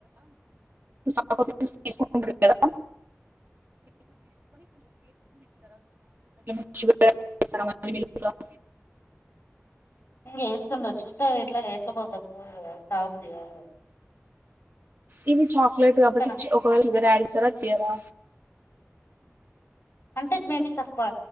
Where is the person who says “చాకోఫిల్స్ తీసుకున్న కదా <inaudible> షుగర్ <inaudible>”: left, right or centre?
Right